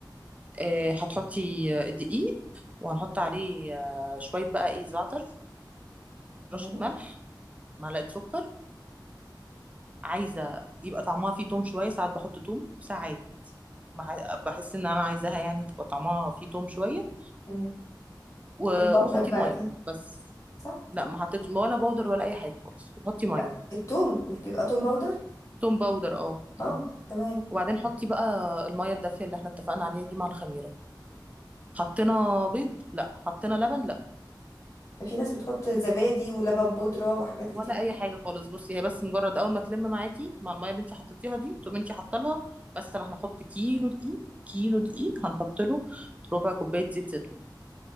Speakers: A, on the right; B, on the left.
A: آه هتحطي آه، الدقيق وهنحط عليه آه شويه بقى ايه زعتر
B: مم.
A: رشه ملح معلقه سكر عايزه يبقى طعمها فيه توم شويه ساعات بحط توم ساعات مح- بحس ان انا عايزاها يعني تبقى طعمها فيه توم شويه
B: مم.
A: و-
B: توم باودر
A: وحطي
B: بقى
A: الميه
B: اكيد
A: بس
B: صح
A: لا ما حطيتش ولا بودر ولا اي حاجه خالص وحطي ميه
B: لا التوم مش بيبقى توم باودر
A: توم باودر اه
B: اه
A: أمم.
B: تمام
A: وبعدين حطي بقى الميه الدافيه اللي احنا اتفقنا عليها دي مع الخميره حطينا بيض لا حطينا لبن لا
B: ده في ناس بتحط زبادي ولبن بودرة وحاجات
A: ولا
B: كتير قوي
A: اي حاجه خالص بصي هي بس مجرد اول ما تلم معاكي مع الميه اللي انت حطيتيها دي تقومي انت حاطه لها بس احنا هنحط كيلو دقيق كيلو دقيق هنحط له ربع كوبايه زيت زيتون